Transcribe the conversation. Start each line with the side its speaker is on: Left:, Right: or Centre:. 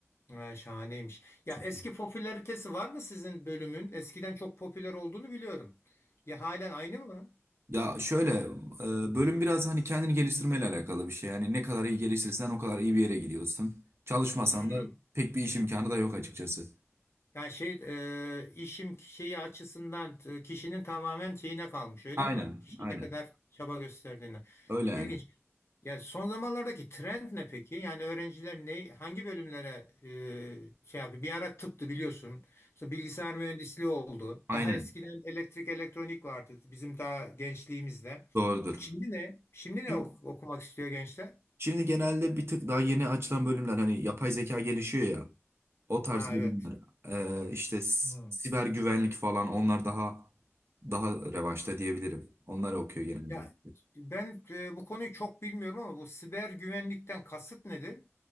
Left: Ha, şahaneymiş. Ya
Right: Çok
Left: eski
Right: iyi.
Left: popülaritesi var mı sizin bölümün? Eskiden çok popüler olduğunu biliyorum. Ya halen aynı mı?
Right: Ya şöyle e, bölüm biraz hani kendini geliştirmeyle alakalı bir şey. Yani ne kadar iyi geliştirirsen o kadar iyi bir yere gidiyorsun. Çalışmasan
Left: Hmm.
Right: da pek bir iş imkanı da yok açıkçası.
Left: Yani şey e, işim şeyi açısından e, kişinin tamamen şeyine kalmış öyle
Right: Aynen,
Left: mi? Kişi
Right: aynen.
Left: ne kadar çaba gösterdiğine.
Right: Öyle yani.
Left: İlginç. Ya son zamanlardaki trend ne peki? Yani öğrenciler ne hangi bölümlere e, şey yapıyor? Bir ara tıptı biliyorsun. Sonra bilgisayar mühendisliği oldu.
Right: Aynen.
Left: Daha eskiden elektrik elektronik vardı bizim daha gençliğimizde.
Right: Doğrudur.
Left: Şimdi ne? Şimdi ne
Right: Şimdi,
Left: ok- okumak istiyor gençler?
Right: şimdi genelde bir tık daha yeni açılan bölümler hani yapay zeka gelişiyor ya. O tarz
Left: Ha
Right: bölümler.
Left: evet.
Right: e, işte s-
Left: Hmm.
Right: siber güvenlik falan onlar daha daha revaçta diyebilirim. Onlar okuyor genelde.
Left: Ya ben e, bu konuyu çok bilmiyorum ama bu siber güvenlikten kasıt nedir?